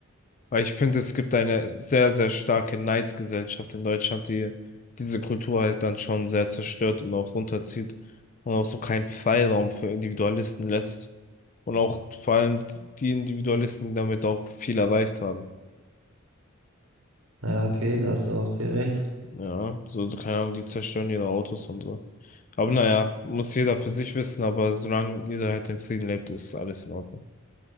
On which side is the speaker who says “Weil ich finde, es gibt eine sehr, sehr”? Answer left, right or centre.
Left